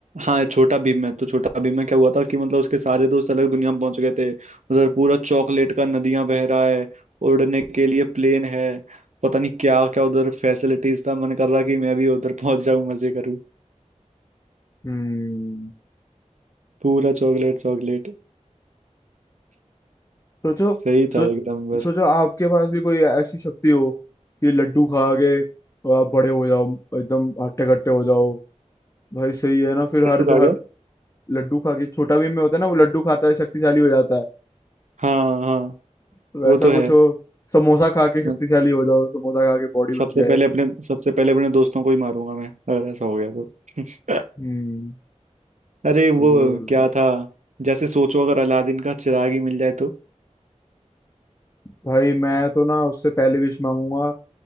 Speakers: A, on the right; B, on the left.
A: हाँ छोटा भीम है तो छोटा भीम में क्या हुआ था कि मतलब उसके सारे दोस्त अलग दुनिया में पहुंच गए थे उधर पूरा चॉकलेट का नदियां बह रहा है उड़ने के लिए प्लेन है पता नहीं क्या क्या उधर फैसिलिटीज था मन कर रहा कि मैं भी उधर पहुंच जाऊं मजे करूं
B: हम्म
A: पूरा चॉकलेट चॉकलेट
B: सोचो
A: सही
B: सो
A: था एकदम बस
B: सोचो आपके पास भी कोई ऐसी शक्ति हो कि लड्डू खा के आप बड़े हो जाओ एकदम हट्टे कट्टे हो जाओ भाई सही है ना फिर
A: लड्डू
B: हर
A: खा
B: हर
A: गया
B: लड्डू खा के छोटा भीम में होता है ना वो लड्डू खाता है शक्तिशाली हो जाता है
A: हाँ हाँ
B: तो वैसा
A: वो तो
B: कुछ
A: है
B: हो समोसा खा के शक्तिशाली
A: मैं
B: हो जाओ समोसा खा के बॉडी बन
A: सबसे
B: जाए
A: पहले अपने सबसे पहले अपने दोस्तों को ही मारूंगा मैं अगर ऐसा हो गया तो <laughs>
B: हम्म
A: अरे
B: सही
A: वो
B: है भाई
A: क्या था जैसे सोचो अगर अलादीन का चिराग ही मिल जाए तो
B: भाई, मैं तो ना उससे पहले विश मांगूंगा